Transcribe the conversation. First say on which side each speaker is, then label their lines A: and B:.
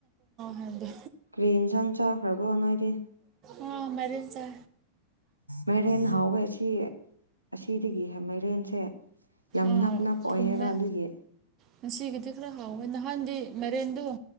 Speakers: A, on the right; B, on the right.
A: ꯍꯥꯏꯕꯗꯣ
B: ꯀꯔꯤ ꯌꯦꯟꯁꯥꯡ ꯆꯥꯈ꯭ꯔꯕ꯭ꯔꯣ ꯅꯅꯥ ꯍꯥꯏꯗꯤ
A: ꯑ ꯃꯔꯤꯖ
B: ꯃꯦꯔꯦꯟ ꯍꯥꯎ ꯑꯁꯤꯁꯤ ꯑꯁꯤꯗꯒꯤ ꯃꯥꯏꯔꯦꯟꯁꯦ ꯌꯥꯝ
A: ꯑꯥ
B: ꯅꯞ ꯅꯞ ꯑꯣꯏꯑꯕ
A: ꯊꯨꯝꯃꯦ
B: ꯑꯗꯨꯒꯤ
A: ꯉꯁꯤꯒꯤꯗꯤ ꯈꯔ ꯍꯥꯎꯋꯦ ꯅꯍꯥꯟꯗꯤ ꯃꯔꯦꯟꯗꯨ